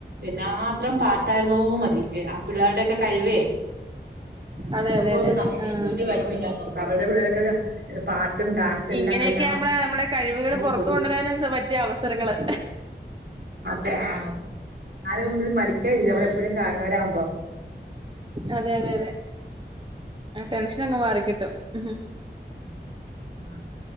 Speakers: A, on the right; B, on the right.
A: എന്നാത്രം പാട്ടായിരുന്നോ മതി ആ പിള്ളാരുടെയൊക്കെ കഴിവേ
B: അതെ അതെ
A: അപ്പോ
B: അതെ
A: അത്
B: അതെ
A: നമ്മ
B: ആഹ്
A: ഒരു കഴിവും ഇല്ലാ അവരുടെ പിള്ളേരൊക്കെ പാട്ടും ഡാൻസും എല്ലാം
B: ഇങ്ങനെയൊക്കെയ
A: കളിക്കാൻ
B: നമ്മള നമ്മുടെ കഴിവുകൾ
A: നമുക്ക്
B: പൊറത്ത്
A: കൊതി
B: കൊണ്ടുവരാനും പറ്റിയ അവസരങ്ങള്
A: അതെ ആ ആരാവുമ്പോഴും മടിക്കല്ല
B: ഉം
A: നമ്മൾ എപ്പോഴും കാണുന്നവരാകുമ്പോ
B: അതെ അതെ അതെ ആ ടെൻഷനങ്ങ് മാറിക്കിട്ടും ഉം
A: ആ